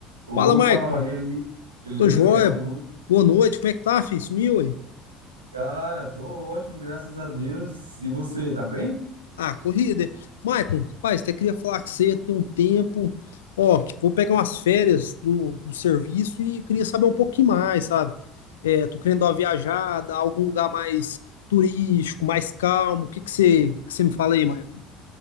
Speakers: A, on the right; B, on the left.
A: Opa,
B: Fala, Maicon.
A: Lauri, aí? Beleza?
B: Tô joia.
A: Boa noite.
B: Boa noite. Como é que tá, filho? Sumiu aí?
A: Cara, tô ótimo, graças a Deus. E você, tá bem?
B: Ah, corrida. é? Maicon, rapaz, até queria falar com você, tem um tempo. Ó, vou pegar umas férias do, do serviço e queria saber um pouquinho mais, sabe? É, tô querendo dar uma viajada, algum lugar mais turístico, mais calmo. O que que você, que você me fala aí, Maicon?